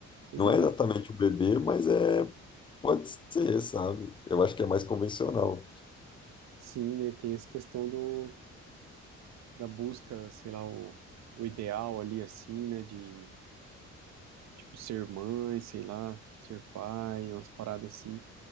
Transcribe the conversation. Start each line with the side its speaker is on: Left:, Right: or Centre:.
Right: exato.
Left: Não é exatamente um bebê, mas é, pode ser, sabe? Eu acho que é mais convencional.
Right: Sim, né, tem essa questão do, da busca, sei lá, o, o ideal ali, assim, né, de, tipo, ser mãe, sei lá, ser pai, umas paradas assim,